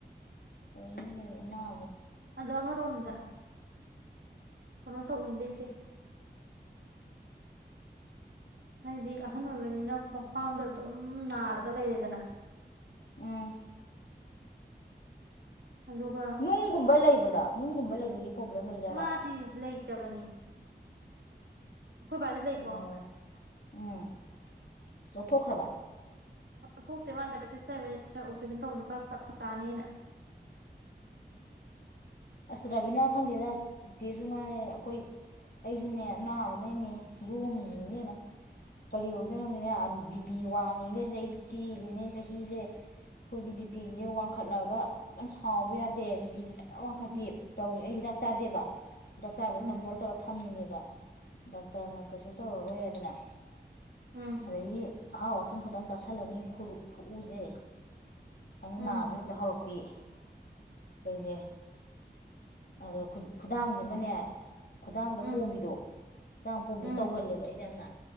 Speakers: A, on the left; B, on the right.
A: ꯂꯩꯅꯤꯡꯗꯦꯗ ꯑꯅꯥ
B: ꯑꯗꫭ ꯑꯃꫪꫭꯝꯗ ꯀꯩꯅꫭꯝ ꯇꯧꯕꯅꯤꯗ ꯏꯆꯦ ꯍꯥꯏꯗꯤ ꯑꯍꯟ ꯑꫭꯏꯕꯅꯤꯅ ꯃꯥꯈ꯭ꯋꯥꯡꯗꫭ ꯑꯗꯨꯝ ꯅꯥꯔꯒ ꯂꯩꯔꯦꯗꯅ
A: ꯎꯝ
B: ꯑꯗꯨꯒ
A: ꯅꯨꯪꯒꯨꯝꯕ ꯂꯩꯕꯔꯥ ꯅꯨꯪꯒꯨꯝꯕ ꯂꯩꯕꯒꯤ ꯄꯔꯣꯕꯂꯦꯝ ꯂꯩꯖꯥꯠꯂꯥ
B: ꯃꯥꯗꯤ ꯂꯩꯇꯕꯅꯤ ꯑꯩꯈꯣꯏ ꯕꯥꯗꯤ ꯂꯩꯀꯣ
A: ꯑꯣ ꯎꯝ ꯂꯧꯊꯣꯛꯈꯔ꯭ꯕ
B: ꯂꯧꯊꯣꯛꯇꯦ ꯃ ꯗꯥꯏꯄꯦꯇꯤꯁꯇ ꯂꯩꯕꯅꯤꯅ ꯑꯣ ꯄꯥꯔꯦꯁꯅꯟ ꯇꯧꯕꯗꯥ ꯐꯔꯛ ꯇꯥꯅꯦꯅ
A: ꯑꯁ ꯔꯕꯤꯅ ꯈꯪꯗꯦꯗ ꯆꯦꯆꯦꯖꯨ ꯉꯥꯏꯔꯦ ꯑꯩꯈꯣꯌ ꯑꯩꯖꯨꯅꯦ ꯑꯥꯅꯕ ꯅꯦ ꯌꯣꯝꯃꯤꯅꯦ ꯏꯕꯦꯝ ꯃ ꯀꯔꯤ ꯑꯣꯏꯗꯣꯏꯅꯣ ꯈꯪꯗꯦ ꯕꯤ ꯄꯤ ꯋꯥꯪ ꯉꯦꯒꯥ ꯀꯤꯔꯦꯅꯤ ꯆꯥꯍꯤꯖꯦ ꯑꯩꯈꯣꯌꯗꯤ ꯕꯤ ꯄꯤ ꯖꯦ ꯋꯥꯪꯈꯠꯂꯒ ꯑꯗꯨꯝ ꯁꯥꯎꯕꯥ ꯌꯥꯗꯦ ꯕꯤ ꯄꯤꯖꯦ ꯖꯔ ꯋꯥꯡꯈꯠ
B: ꯎꯝ
A: ꯇꯧꯑꯦ ꯑꯩ ꯍꯤꯗꯥꯛ ꯆꯗꯦꯕꯥ ꯍꯤꯗꯥꯛ ꯆꯗꯕꯅꯤꯅꯥ
B: ꯎꯝ
A: ꯀꯟꯇꯔꯣꯜ ꯇꯧꯔ ꯊꯝꯃꯤꯅꯦꯕꯥ ꯗꯣꯛꯇꯔꯅꯥ ꯀꯩꯁꯨ ꯇꯧꯔꯔꯣꯏꯌꯦꯅꯥ
B: ꯎꯝ
A: ꯑꯗꯥꯒꯤ ꯑꯍꯥꯎ ꯑꯊꯨꯝ ꯈꯤꯇꯥꯡ ꯆꯥꯁꯤꯜꯂꯅꯤ ꯑꯥꯗꯩꯩ ꯈꯨꯔꯨ ꯈꯨꯎꯖꯦ ꯑꯃꯨꯛ
B: ꯎꯝ
A: ꯅꯕ ꯍꯦꯛꯇꯥ ꯍꯧꯔꯛꯄꯥ <unintelligible> ꯑꯩꯖꯦ ꯑꯗꯣ ꯈꯨꯗꯥꯪꯖꯤꯃꯅꯦ ꯈꯨꯗꯥꯪꯗ
B: ꯎꯝ
A: ꯄꯣꯝꯕꯤꯗꯣ ꯈꯨꯗꯥꯡꯗ ꯄꯣꯝꯕꯤꯗꯣ
B: ꯎꯝ
A: ꯇꯧꯒꯜꯂꯦ ꯑꯩꯖꯦ ꯌꯥꯝꯅꯥ